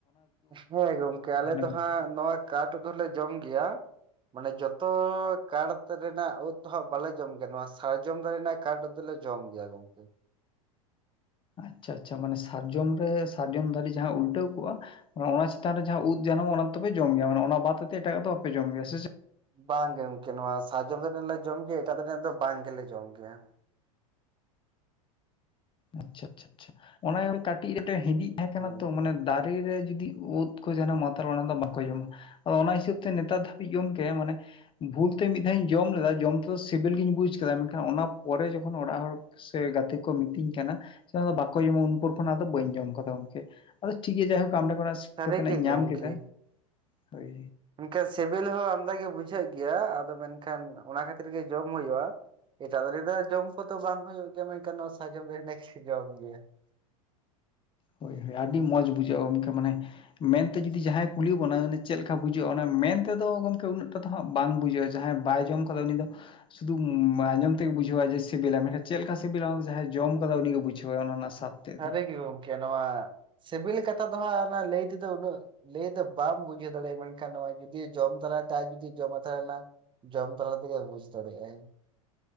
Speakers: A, on the right; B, on the left.
A: ᱦᱚᱭ ᱜᱚᱝᱠᱮ ᱟᱞᱮ ᱫᱚ
B: ᱜᱚᱝᱠᱮ
A: ᱦᱟᱸᱜ ᱱᱚᱣᱟ ᱠᱟᱴ ᱫᱚᱞᱮ ᱡᱚᱢ ᱜᱮᱭᱟ, ᱢᱟᱱᱮ ᱡᱚᱛᱚ ᱠᱟᱴ ᱨᱮᱱᱟᱜ ᱩᱫ ᱫᱚ ᱦᱟᱸᱜ ᱵᱟᱞᱮ ᱡᱚᱢ ᱜᱮᱭᱟ ᱱᱚᱣᱟ ᱥᱟᱨᱡᱚᱢ ᱫᱟᱨᱮ ᱱᱟᱜ ᱠᱟᱴ ᱫᱚᱞᱮ ᱡᱚᱢ ᱜᱮᱭᱟ ᱜᱚᱢᱠᱮ,
B: ᱟᱪᱪᱷᱟ ᱟᱪᱪᱷᱟ ᱢᱟᱱᱮ ᱥᱟᱨᱡᱚᱢ ᱨᱮ ᱥᱟᱨᱡᱚᱢ ᱫᱟᱨᱮ ᱡᱟᱸᱦᱟ ᱩᱞᱴᱟᱹᱣ ᱠᱚᱜᱼᱟ, ᱚᱱᱟ ᱪᱮᱛᱟᱱ ᱨᱮ ᱡᱟᱸᱦᱟ ᱩᱫ ᱡᱟᱱᱟᱢᱼᱟ ᱚᱱᱟ ᱫᱚᱯᱮ ᱡᱚᱢ ᱜᱮᱭᱟ ᱢᱟᱱᱮ ᱚᱱᱟ ᱵᱟᱫ ᱠᱟᱛᱮᱫ ᱮᱴᱟᱜ ᱫᱚ ᱵᱟᱯᱮ ᱡᱚᱢ ᱜᱮᱭᱟ ᱥᱮ ᱪᱮᱫ,
A: ᱵᱟᱝ ᱜᱮ ᱜᱚᱢᱠᱮ ᱱᱚᱣᱟ ᱥᱟᱨᱡᱚᱢ ᱫᱟᱨᱮᱱᱟᱜ ᱞᱮ ᱡᱚᱢ ᱜᱮᱭᱟ ᱮᱴᱟᱜ ᱫᱚ ᱵᱟᱝ ᱜᱮᱞᱮ ᱡᱚᱢ ᱜᱮᱭᱟ ᱾
B: ᱟᱪᱪᱷᱟ, ᱪᱪᱷᱟ, ᱪᱪᱷᱟ, ᱠᱟᱹᱴᱤᱡ ᱨᱮᱫᱚ ᱦᱤᱸᱫᱤᱡ ᱛᱟᱸᱦᱮ ᱠᱟᱱᱟ
A: ᱦᱳᱭ
B: ᱛᱚ ᱢᱟᱱᱮ, ᱫᱟᱨᱮ ᱨᱮ ᱡᱩᱫᱤ ᱩᱫ ᱠᱚ ᱡᱟᱱᱟᱢᱚᱜ ᱛᱟᱦᱚᱞᱮ ᱚᱱᱟ ᱫᱚ ᱵᱟᱠᱚ ᱡᱚᱢᱟ, ᱚ ᱚᱱᱟ ᱦᱤᱥᱟᱹᱵ ᱛᱮ ᱱᱮᱛᱟᱨ ᱫᱷᱟᱹᱵᱤᱡ ᱜᱚᱝᱠᱮ ᱢᱟᱱᱮ ᱵᱷᱩᱞ ᱛᱮ ᱢᱤᱫ ᱫᱷᱟᱣᱤᱧ ᱡᱚᱢ ᱞᱮᱫᱟ ᱡᱚᱢ ᱛᱮᱫᱚ ᱥᱤᱵᱤᱞ ᱜᱤᱧ ᱵᱩᱡ ᱠᱮᱫᱟ ᱢᱮᱱᱠᱷᱟᱱ ᱚᱱᱟ ᱯᱚᱨᱮ ᱡᱚᱠᱷᱚᱱ ᱚᱲᱟᱜ ᱦᱚᱲ ᱥᱮ ᱜᱟᱛᱮ ᱠᱚ ᱢᱤᱛᱟᱹᱧ ᱠᱟᱱᱟ ᱵᱟᱠᱚ ᱡᱚᱢᱟ ᱩᱱ ᱯᱚᱨ ᱠᱷᱚᱱᱟᱜᱫᱚ ᱵᱟᱹᱧ ᱡᱚᱢ ᱟᱠᱟᱫᱟ ᱜᱚᱝᱠᱮ ᱟᱫᱚ ᱴᱷᱤᱠ ᱜᱮᱭᱟ ᱡᱟᱭᱦᱳᱠ ᱟᱢᱰᱮᱚᱱᱟᱜ <unintelligible> ᱥᱤᱠᱠᱷᱟ
A: ᱥᱟᱹᱨᱤ
B: ᱛᱮᱱᱟᱜ
A: ᱜᱮ
B: ᱤᱧ ᱧᱟᱢ
A: ᱜᱚᱝᱠᱮ᱾
B: ᱠᱮᱫᱟ ᱦᱳᱭ,
A: ᱢᱮᱱᱠᱷᱟᱱ ᱥᱤᱵᱤᱞ ᱦᱚᱸ ᱟᱢᱫᱟ ᱜᱮ ᱵᱩᱡᱷᱟᱹᱜ ᱜᱮᱭᱟ ᱟᱫᱚ ᱢᱮᱱᱠᱷᱟᱱ ᱚᱱᱟ ᱠᱷᱟᱹᱛᱤᱨ ᱜᱮ ᱡᱚᱢ ᱦᱩᱭᱩᱜᱼᱟ, ᱮᱴᱟᱜ ᱫᱟᱨᱮ ᱡᱚᱢ ᱠᱚᱫᱚ ᱵᱟᱝ ᱦᱩᱭᱩᱜ ᱜᱮᱭᱟ ᱢᱮᱱᱠᱷᱟᱱ ᱱᱚᱣᱟ <unintelligible> ᱡᱚᱢ ᱜᱮᱭᱟ
B: ᱦᱳᱭ ᱦᱳᱭ ᱟᱹᱰᱤ ᱢᱚᱡᱽ ᱵᱩᱡᱷᱟᱹᱜᱼᱟ ᱜᱚᱢᱠᱮ ᱢᱟᱱᱮ, ᱢᱮᱱᱛᱮ ᱡᱩᱫᱤ ᱡᱟᱦᱟᱸᱭ ᱠᱩᱞᱤ ᱵᱚᱱᱟ ᱪᱮᱫ ᱞᱮᱠᱟ ᱵᱩᱡᱷᱟᱹᱜᱼᱟ, ᱚᱱᱟ ᱢᱮᱱ ᱛᱮᱫᱚ ᱜᱚᱝᱠᱮ ᱩᱱᱟᱹᱜ ᱴᱟ ᱛᱚ ᱦᱟᱸᱜ ᱵᱟᱝ ᱵᱩᱡᱷᱟᱹᱜᱼᱟ ᱡᱟᱦᱟᱸᱭ ᱵᱟᱭ ᱡᱚᱢ ᱠᱟᱫᱟ ᱩᱱᱤ ᱫᱚ, ᱥᱩᱫᱩ ᱟᱸᱡᱚᱢ ᱛᱮ ᱵᱩᱡᱷᱟᱹᱣᱟᱭ ᱡᱮ ᱥᱤᱵᱤᱞᱟ ᱢᱮᱱᱠᱷᱟᱱ ᱪᱮᱫ ᱞᱮᱠᱟ ᱥᱤᱵᱤᱞᱟ ᱡᱟᱦᱟᱸᱭ ᱡᱚᱢ ᱟᱠᱟᱫᱟ ᱩᱱᱤᱜᱮ ᱵᱩᱡᱷᱟᱹᱣᱟᱭ ᱚᱱᱟ ᱨᱮᱱᱟᱜ ᱥᱟᱫ, ᱛᱮᱫ
A: ᱥᱟᱹᱨᱤ
B: ᱫᱚ
A: ᱜᱮ ᱜᱚᱢᱠᱮ ᱱᱚᱣᱟ ᱥᱤᱵᱤᱞ ᱠᱟᱛᱷᱟ ᱫᱚ ᱦᱟᱸᱜ ᱚᱱᱟ ᱞᱟᱹᱭ ᱛᱮᱫᱚ ᱩᱱᱟᱹᱜ ᱞᱟᱹᱭ ᱫᱚ ᱵᱟᱢ ᱵᱩᱡᱷᱟᱹᱣ ᱫᱟᱲᱮᱭᱟᱜᱼᱟ, ᱢᱮᱱᱠᱷᱟᱱ ᱱᱚᱣᱟ ᱡᱩᱫᱤᱭ ᱡᱚᱢ ᱛᱚᱨᱟᱭ ᱟᱨ ᱡᱩᱫᱤ ᱡᱚᱢᱟ ᱛᱚᱨᱟᱭᱮᱱᱟ ᱾ ᱡᱚᱢ ᱛᱟᱞᱟ ᱛᱮᱜᱮ ᱵᱩᱡᱽ ᱫᱟᱲᱮᱜᱟᱭ ᱾